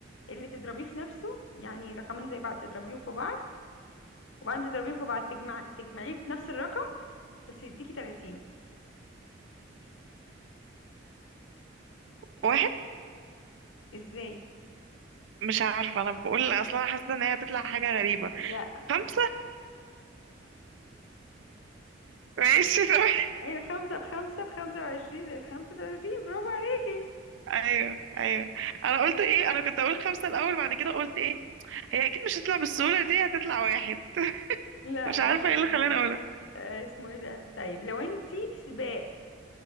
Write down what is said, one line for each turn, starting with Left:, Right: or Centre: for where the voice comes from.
Left: اللي تضربيه في نفسه يعني رقمين زي بعض تضربيهم في بعض وبعدين تضربيهم في بعض تجمع تجمعيه في نفس الرقم بس يديكي 30
Right: واحد
Left: ازاي
Right: مش عارفه انا بقول اصلا حاسه ان هي هتطلع حاجه غريبه
Left: لا
Right: خمسه ماشي <laughs> تمام
Left: ايوه خمسة بخمسة بخمسة وعشرين زائد خمسة وتلاتين برافو عليكي
Right: ايوه ايوه انا قلت ايه انا كنت اقول خمسة الاول بعد كده قلت ايه هي اكيد مش هتطلع بالسهولة دي هتطلع واحد <laughs>
Left: لا
Right: مش عارفة
Left: آه
Right: ايه اللي خلاني اقولها
Left: آه، اسمه ايه ده طيب لو انتي في سباق